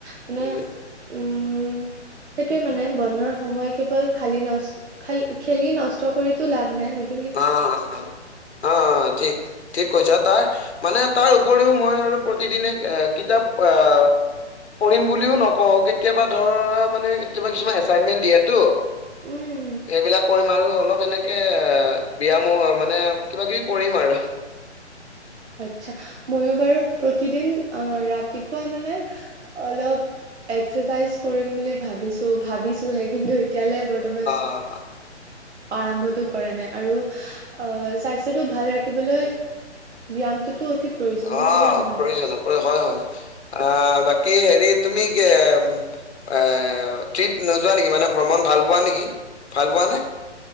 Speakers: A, on the right (about 65°); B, on the left (about 65°).
A: মানে
B: উম,
A: উম সেইটোৱে মানে বন্ধৰ সময় কেৱল খালী নচ খাল খেলি নষ্ট কৰিতো লাভ নাই নুত
B: অ', অ', অ', অ', ঠিক। ঠিক কৈছা তাৰ, মানে তাৰ উপৰিও মই আৰু প্ৰতিদিনে আ, কিতাপ আ পঢ়িম বুলিও নকওঁ কেতিয়াবা ধৰা মানে কেতিয়াবা কিছুমান এচাইনমেন্ট দিয়াতো।
A: উম
B: সেইবিলাক কৰিম আৰু অলপ এনেকে এ বিয়ামো মানে কিবা কিবি কৰিম আৰু।
A: আচ্ছা, ময়ো বাৰু প্ৰতিদিন আ, ৰাতিপুৱা মানে অলপ এক্সাৰচাইজ কৰিম বুলি ভাবিছোঁ ভাবিছোঁহে কিন্তু এতিয়ালৈ বৰ্তমান
B: অ', অ'।
A: আৰম্ভটো কৰা না আৰু আ, স্বাস্থ্যটো ভাল ৰাখিবলৈ ব্যামটোতো অতি প্ৰয়োজনীয়
B: অ'
A: বুলি মই ভাবো।
B: প্ৰয়োজন প্ৰ হয় হয়। আ, বাকী হেৰি তুমি কি আ, ট্ৰিপ নোযোৱা নেকি মানে ভ্ৰমণ ভাল পোৱা নেকি ভাল পোৱা নে?